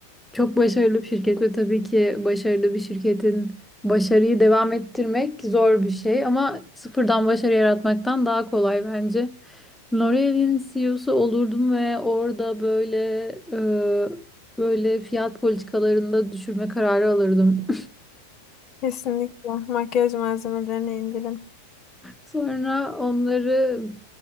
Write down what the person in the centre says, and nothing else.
çok başarılı bir şirket ve tabii ki başarılı bir şirketin başarıyı devam ettirmek zor bir şey ama sıfırdan başarı yaratmaktan daha kolay bence. L'Oreal'in CEO'su olurdum ve orada böyle e, böyle fiyat politikalarında düşürme kararı alırdım.
Sonra onları